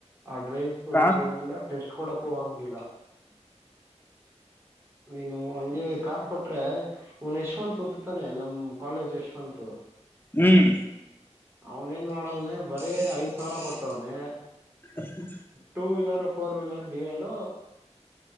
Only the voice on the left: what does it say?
ಕಾ
ಹ್ಮ್
ಹ್ಮ